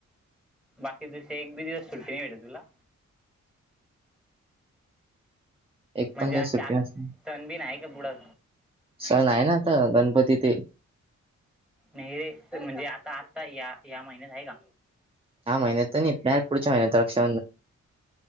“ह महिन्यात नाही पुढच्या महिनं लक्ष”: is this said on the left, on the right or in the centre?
Right